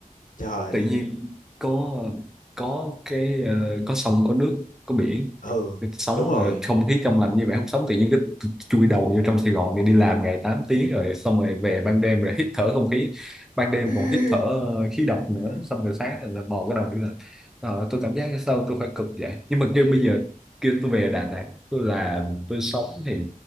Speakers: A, on the left; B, in the centre.
A: trời
B: tự nhiên có có cái ờ, có sông có nước có biển
A: ừ
B: sống
A: đúng rồi
B: ờ, không khí trong lành như vậy không sống tự nhiên cứ chui đầu vô trong Sài Gòn đi đi làm ngày 8 tiếng rồi xong rồi về ban đêm rồi hít thở không khí ban đêm
A: <laughs>
B: còn hít thở ờ, khí độc
A: Ờ,
B: nữa xong rồi sáng rồi là mò cái đầu đi làm Ờ, tôi cảm giác sao tôi phải cực vậy nhưng mà kêu bây giờ kêu tôi về Đà Nẵng tôi làm tôi sống thì